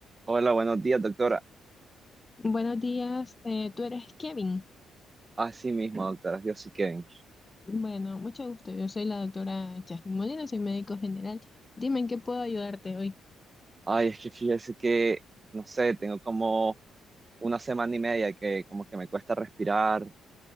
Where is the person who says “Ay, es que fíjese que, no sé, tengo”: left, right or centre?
Right